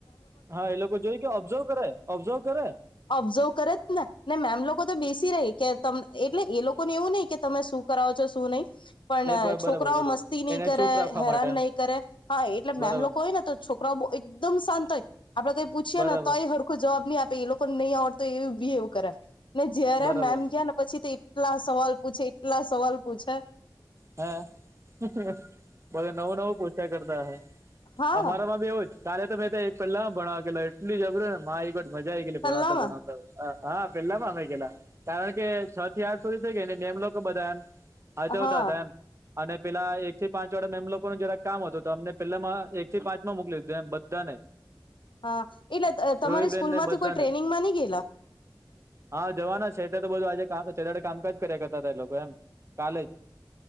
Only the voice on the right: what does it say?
હા એ લોકો જોઈ કે ઓબ્ઝર્વ કરે ઓબ્ઝર્વ કરે
એ બરાબર
બરાબર
એને
ચૂપ રાખવા
માટે એમ
બરાબર
બરાબર
બરાબર
હા બ નવું નવું પોછ્યા કરતા હ
અમારામાં બી એવું જ કાલે તો મેં એક પેલા ભણાવે એટલી જબર મા એકટ મજા આવી ગેલી
ભણાવતા ભણાવતા હા પેલામાંમે ગેલા કારણ કે છ થી આઠ સુધી થઈ ગયા નેને એમ લોકો બધા હાજવ
તા અને પેલા એક થી પાંચ વાળે એમ લોકો ન જરાક કામ હતો તો અમને પેલામાં એક થી પાંચ માં મોકલી દીધું એમ બધા ને
ધ્રુવીબેન
ને
બધાને
હા જવાના છેટે તો બધું આજે છેે કામકાજ કર્યા કરતા હતા એ લોકો એમ કાલે